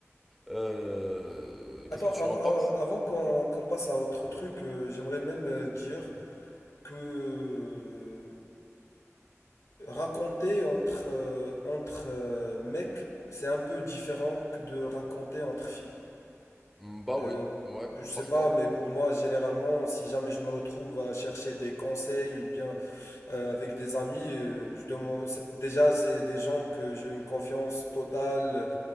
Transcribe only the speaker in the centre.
euh, qu'est-ce
que tu
en
penses?
Mm, Bah
oui, ouais.
Parce
qu'elle